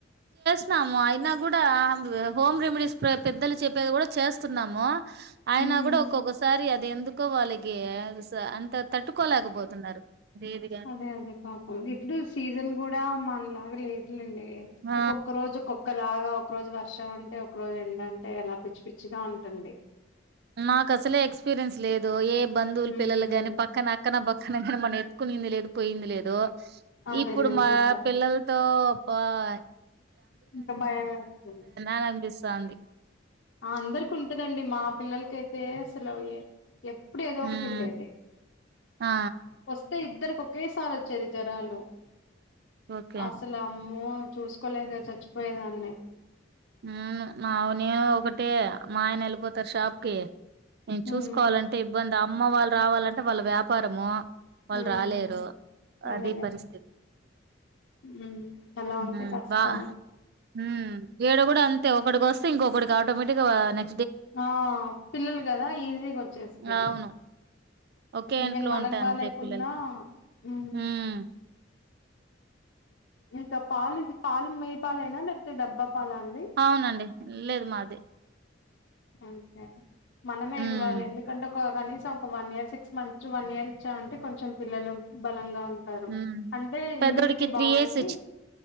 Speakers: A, on the right; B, on the left.
A: న్నాము అయినా కూడా హోమ్ రెమెడీస్ పెద్దలు చెప్పేది కూడా చేస్తున్నాము అయినా
B: ఉమ్
A: కూడా ఒక్కొక్కసారి అది ఎందుకో వాళ్ళకి స అంత తట్టుకోలేకపోతున్నారు ఏదిగా
B: అదే అదే పాపం ఇప్పుడు సీజన్ కూడా మనలాగలేదు లేండి
A: ఆ
B: ఒక్కొక్క రోజు ఒక్కొక్క లాగా ఒక రోజు వర్షం అంటే ఒక రోజు ఎండ అంటే ఎలా పిచ్చి పిచ్చిగా ఉంటుంది
A: మాకు అసలే ఎక్స్పీరియన్స్ లేదు ఏం బంధువులు
B: ఉమ్
A: పిల్లలు గానీ పక్కన అక్కన బ తన ఘన మనేత్ కొనింది లేదు పోయింది లేదు
B: అదేలేండి
A: ఇప్పుడు మా
B: ఇంకా
A: పిల్లల్తో బాయ్
B: ఇంకా భయం ఏస్తుంది
A: అని అనిపిస్తాంది
B: అందరికి ఉంటదండి మా పిల్లలకి కెతే అసలు్య ఎ ఎప్ ఎప్పుడు ఏదో
A: హ్మ్
B: ఒకటి ఉండేది
A: ఆ
B: ఫస్ యితే ఇద్దరికి ఒకేసారి వచ్చేది జరాలు
A: ఓకే
B: అసల అం ఓ చూసుకోలే చ్ చ పోయేదాన్ని
A: హ్మ్ నావనీ ఒకటే మా ఆయన వెళ్ళిపోతారు షాప్ కి నేను
B: హ్మ్
A: చూసుకోవాలంటే ఇబ్బంది అ అమ్మ వాళ్ళు రావాలంటే వాళ్ళ వ్యాపారము వాళ్ళు
B: హ్మ్
A: రాలేరు
B: అదేలే
A: అది పరిస్థితి
B: హ్మ్ అలా ఉంటే
A: హ్ం
B: కష్టం
A: బా హ్ం ఈడ కూడా అంతే ఒకడికి వస్తే ఇంకొకటికి ఆటోమేటిక్గా నె
B: ఆ పిల్లలు కదా ఈజీగా వచ్చేస్తాది
A: అవును ఒకే ఇంట్లో
B: ఈవెన్ మనకు
A: ఉంటే
B: బాలేకున్నా
A: అంతే పిల్లలకి
B: హ్ం
A: హ్మ్
B: ఇంకా పాలు పా మెయ్య పాాల ఏనా లేకపోతే డబ్బా చెప్పాలా అండి
A: అవునండి లేదు మాది
B: అంతే మనమే
A: హ్మ్
B: ఇవ్వాలి ఎందుకంటే కనీసం ఒక one year six months to one year ఇచ్చామంటే కొంచం పిల్లలు బలంగా ంటారు
A: హ్మ్
B: అంటే
A: పెద్దోడికి
B: ఇమ్యూనిటీ బాగుండి
A: ఇయర్స్